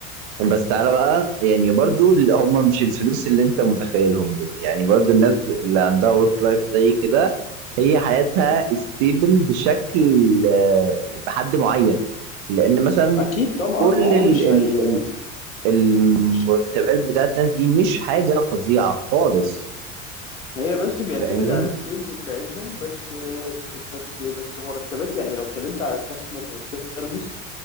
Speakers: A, on the right; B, on the left.
A: بس تعالى بقى يعني برضو ال- هم مش الفلوس اللي انت متخيلهم دول يعني برضو الناس اللي عندها ورك لايف زي كده هي حياتها ستيبل بشكل آه، بحد معين لان مثلا
B: اكيد طبعا
A: كل
B: ما هو
A: ال
B: مش
A: ال
B: هي
A: ال المرتبات
B: مش
A: بتاعت الناس دي مش حاجة فظيعة خالص
B: هي بس بيعتمد
A: فاهمني
B: على السيلز بتاعتهم بس بس بس مرتبات يعني لو اتكلمت على الكاستمر سيرفيس